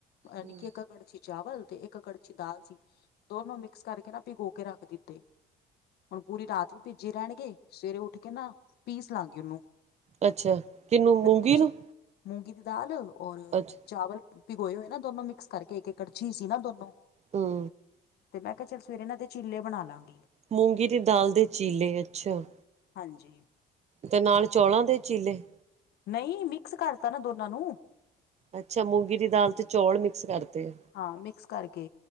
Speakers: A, on the right (about 40°); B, on the left (about 70°).
A: ਹਮ
B: ਨਿੱੀ <unintelligible> ਇੱਕ ਕੜ ਚਾਵਲ ਤੇ ਇੱਕ ਕੜਛੀ ਦਾਲ ਸੀ ਦੋਨੋ ਮਿਕਸ ਕਰਕੇ ਨਾ ਭਿਗੋ ਕੇ ਰੱਖ ਦਿੱਤੇ। ਹੁਣ ਪੂਰੀ ਰਾਤ ਵੀ ਭਿਜੈ ਰਹਿਣਗੇ ਸਵੇਰੇ ਉੱਠ ਕੇ ਨਾ ਪੀਸ ਲਾਂਗੇ ਉਹਨੂੰ।
A: ਅੱਛਾ। ਕਿਹਨੂੰ
B: ਫਿਰ
A: ਮੂੰਗੀ
B: ਉਹਦੇ 'ਚ
A: ਨੂੰ
B: ਮੂੰਗੀ ਦੀ ਦਾਲ ਔਰ
A: ਅੱਛਾ
B: ਚਾਵਲ ਪਿਗੋਏ ਹੋਏ ਨਾ ਦੋਨੋ ਮਿਕਸ ਕਰਕੇ ਇੱਕ-ਇੱਕ ਕੜਛੀ ਸੀ ਨਾ ਦੋਨੋ।
A: ਹੂੰ।
B: ਤੇ ਮੈਂ ਕਿਹਾ ਚੱਲ ਸਵੇਰੇ ਇਹਦੇ ਨਾ ਚੀਲੇ ਬਣਾ ਲਾਂਗੀ।
A: ਮੂੰਗੀ ਦੀ ਦਾਲ ਦੇ ਚੀਲੇ ਅੱਛਾ।
B: ਹਾਂਜੀ।
A: ਤੇ ਨਾਲ, ਚੌਲਾਂ ਦੇ ਚੀਲੇ।
B: ਨਹੀਂ, ਮਿਕਸ ਕਰਤਾ ਨਾ ਦੋਨਾਂ ਨੂੰ।
A: ਅੱਛਾ, ਮੂੰਗੀ ਦੀ ਦਾਲ ਤੇ ਚੌਲ ਮਿਕਸ ਕਰਤੇ।
B: ਹਾਂ, ਮਿਕਸ ਕਰਕੇ।